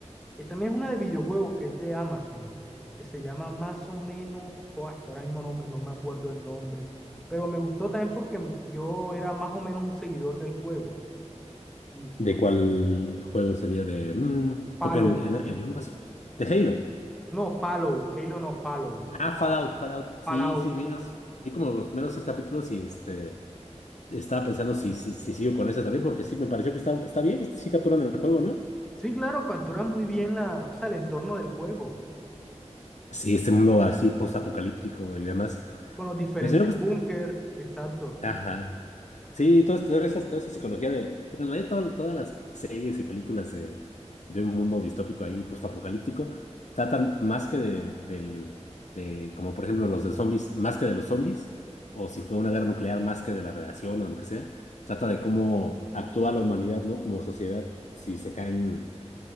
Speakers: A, in the centre; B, on the left.
A: que también es una de videojuegos que es de Amazon, que se llama más o menos, oh, es que ahora mismo no, me- no me acuerdo el nombre, pero me gustó también porque m- yo era más o menos un seguidor del juego. Listo.
B: ¿De cuál juego sería de...? mm,
A: Follow.
B: porque en, en, en Amazon. De Halo.
A: No, follow. Halo no, follow.
B: Ah, Fallout, Fallout. Sí,
A: Fallout.
B: sí, vi, los- vi como los primeros tres capítulos y este, estaba pensando si, si, si sigo con esa también, porque sí, me pareció que está, está bien, sí capturan el juego, ¿no?
A: Sí, claro, captura muy bien la, o sea, el entorno del juego,
B: Sí, este mundo así post-apocalíptico y demás.
A: con los diferentes
B: Pero si no, pues...
A: búnker, exacto.
B: Ajá. Sí, toda, toda esa, toda esa psicología de... Porque en realidad todas, todas las series y películas de, de un mundo distópico ahí, postapocalíptico, tratan más que de, del, de, como por ejemplo los de zombies, más que de los zombies, o si fue una guerra nuclear, más que de la radiación o lo que sea, trata de cómo actúa la humanidad, ¿no? Como sociedad, si se caen